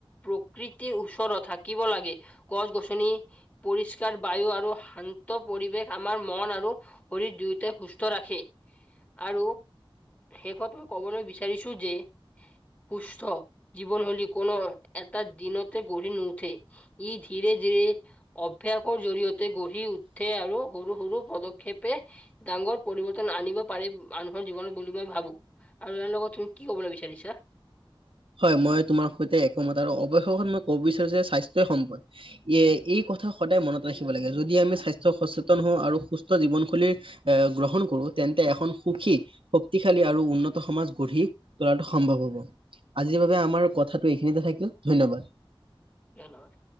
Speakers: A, on the left; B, on the right.
A: প্ৰকৃতিৰ ওচৰত থাকিব লাগে। গছ গছনি পৰিষ্কাৰ বায়ু আৰু শান্ত পৰিৱেশ আমাৰ মন আৰু শৰীৰ দুয়োটাই সুস্থ ৰাখি আৰু শেষত, মই কবলৈ বিচাৰিছো যে সুস্থ জীৱন হৈলী কোনো এটা দিনতে গঢ়ি নু উঠে ঈদ ধীৰে ধীৰে অভ্যাসৰ জৰিয়তে গঢ়ি উঠে আৰু সৰু সৰু পদক্ষেপে ডাঙৰ পৰিৱৰ্তন আনিব পাৰি মানুহৰ জীৱনত বুলি মই ভাবো। আৰু ইয়াৰ লগত তুমি কি কবলৈ বিচাৰিছা।
B: হয়, মই তোমাৰ সৈতে একোমত, আৰু অৱশেষত মই ক'ব বিচাৰো যে স্বাস্থ্যয় সম্পদ। এ, এই কথা সদায় মনত ৰাখিব লাগে। যদি আমি স্বাস্থ্য সচেতন হওঁ আৰু সুস্থ জীৱনশৈলীৰ এ, গ্ৰহণ কৰো তেন্তে এখন সুখী শক্তিশালী আৰু উন্নত সমাজ গঢ়ি তোলাটো সম্ভৱ হব। আজিৰ বাবে আমাৰ কথাটো এইখিনিতে থাকিল ধন্যবাদ।
A: কিহল লাওৰা?